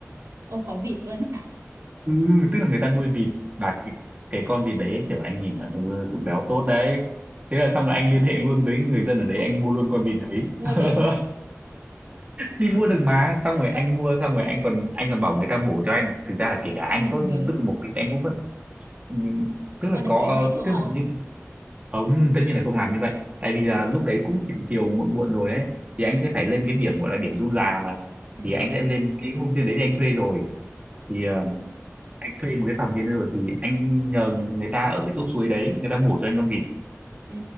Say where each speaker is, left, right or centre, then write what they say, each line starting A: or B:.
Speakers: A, on the right; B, on the right.
A: ô có vịt luôn hả
B: ừ tức là người ta nuôi vịt là cái cái con vịt đấy kiểu anh nhìn là ừ cũng béo tốt đấy thế là xong rồi anh liên hệ luôn với người dân ở đấy
A: <laughs>
B: anh mua luôn con vịt đấy
A: mua
B: <laughs>
A: được hả
B: thì mua được mà xong rồi anh
A: có
B: mua xong rồi anh còn anh còn bảo người ta mổ cho anh thực ra
A: ờ,
B: là kể
A: thế
B: cả
A: có
B: anh
A: được
B: có
A: nướng
B: tự mổ thì anh cũng vẫn ừ, tức là
A: có được
B: có
A: nướng
B: ờ,
A: tại chỗ
B: tức là
A: không
B: như, không tất nhiên là không làm như vậy tại vì là
A: yeah.
B: lúc đấy cũng chiều chiều muộn muộn rồi ấy thì anh sẽ phải lên cái điểm gọi là điểm du già mà
A: ừ,
B: thì anh sẽ lên cái hôm trên đấy thì anh thuê rồi thì
A: ừ,
B: ờ, anh thuê một cái phòng trên đấy rồi thì anh nhờ người ta ở cái chỗ suối đấy người ta mổ cho anh con vịt
A: ừ.